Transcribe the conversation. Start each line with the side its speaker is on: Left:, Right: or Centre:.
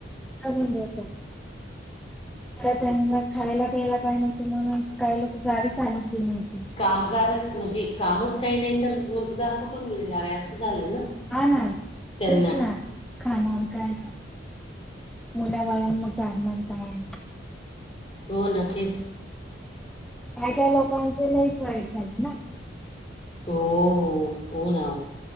Centre: <unintelligible> त्यांना खायला प्यायला काय नव्हत म्हणून काही लोक गावी चालत गेले होते.
Left: कामगार म्हणजे कामच काही नाही तर रोजगार पकण मिळणार आहे असं झालं ना.
Centre: हा ना
Left: त्यांना
Centre: तेच ना. खाणार काय करणार मुला बाळांना चालणार काय.
Left: हो ना तेच.
Centre: काय काय लोकांच लईच वाईट झालं ना.
Left: हो होना